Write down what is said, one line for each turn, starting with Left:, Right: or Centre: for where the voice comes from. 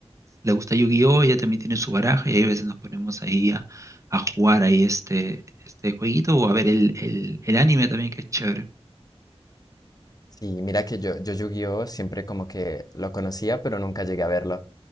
Right: le gusta Yu-Gi-Oh! Ella también tiene su baraja y a veces nos ponemos ahí a, a jugar ahí este, este jueguito o a ver el, el, el anime también que es chévere.
Left: Y mira que yo, yo Yu-Gi-Oh siempre como que lo conocía, pero nunca llegué a verlo.